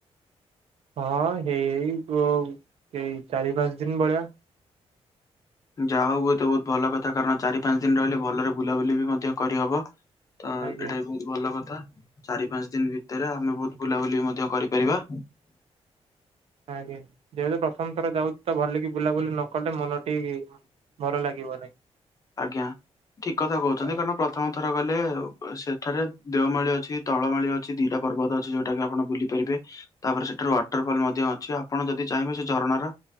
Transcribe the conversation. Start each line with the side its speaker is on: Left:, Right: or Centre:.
Right: ହଁ ହେଇଇ ଏଇ ଚାରି ପାଞ୍ଚ ଦିନ ଭଳିଆ
Left: ଯାହା ହୋଉ ତ ବିହୁତ ଭଲ କଥା କାରଣ ଚାରି ପାଞ୍ଚ ଦିନ ରହିଲେ ଭଲରେ ବୁଲାବୁଲି ବି ମଧ୍ୟ କରିହେବ। ତ
Right: ଆଜ୍ଞା
Left: ଏଇଟା ବି ବୋ ଲହୁତ ଭଲ କଥା ଚାରି ପାଞ୍ଚ ଦିନ ଭିତରେ ଆମେ ବୋହୁତ ବୁଲାବୁଲି କରିପାରିବା।
Right: ଆଜ୍ଞା ଯେହେତୁ ପ୍ରଥମ ଥର ଯାଉଚି ତ ଭଲିକି ବୁଲାବୁଲି ନ କଲେ ମନଟି ଭଲ ଲାଗିବ ନାଇ
Left: ଆଜ୍ଞା ଠିକ କଥା କହୁଛନ୍ତି
Right: ନାହିଁ।
Left: କାରଣ ପ୍ରଥମ ଥର ଗଲେ ସେଠାରେ ଦେଓମାଳି ଅଛି ତଳମାଳି ଅଛି ଦିଟା ପର୍ବତ ଅଛି ଯୋଉଟା କି ଆପଣ ବୁଲି ପାରିବେ, ତାପରେ ସେଠାରୁ ୱାଟର ଫଲ ମଧ୍ୟ ଅଛି, ଆପଣ ଯଦି ଚାହିଁବେ ସେ ଝରଣାର